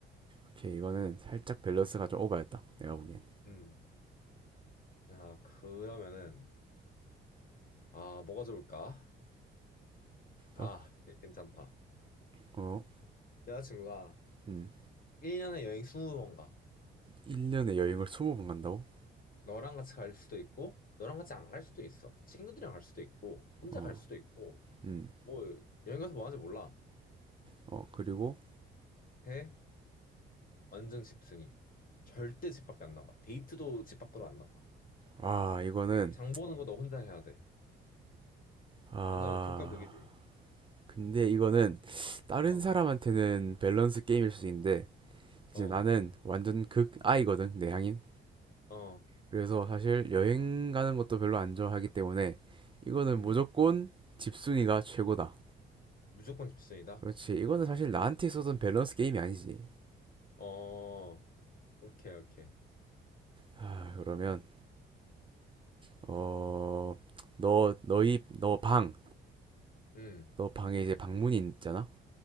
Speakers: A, on the right (about 25°); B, on the left (about 45°).
A: 오케이 이거는 살짝 밸런스가 좀 오바였다 내가 보기엔
B: 음. 자, 그러면은, 아, 뭐가 좋을까? 아,
A: 어,
B: 이거 괜찮다.
A: 어,
B: 여자친구가
A: 음
B: 1년에 여행 20번 가.
A: 1년에 여행을 20번 간다고?
B: 너랑 같이 갈 수도 있고, 너랑 같이 안 갈 수도 있어. 친구들이랑 갈 수도 있고, 혼자
A: 어,
B: 갈 수도 있고,
A: 음,
B: 뭐, 여행 가서 뭐 하는지 몰라.
A: 어 그리고
B: 대, 완전 집순이. 절대 집 밖에 안 나가. 데이트도 집 밖으로 안 나가.
A: 아 이거는
B: 장 보는 거 너 혼자 해야 돼.
A: 아
B: 완전 극과 극이지.
A: 근데 이거는 다른
B: 어,
A: 사람한테는 밸런스 게임일 수 있는데 이제
B: 어,
A: 나는 완전 극아이거든 내향인
B: 어,
A: 그래서 사실 여행 가는 것도 별로 안 좋아하기 때문에 이거는
B: 음.
A: 무조건 집순이가 최고다
B: 무조건 집순이다?
A: 그렇지 이거는 사실 나한테 있어서는 밸런스 게임이 아니지
B: 어, 오케이, 오케이.
A: 아 그러면 어, 너, 너희, 너 방,
B: 음,
A: 너 방에 이제 방문이 있잖아?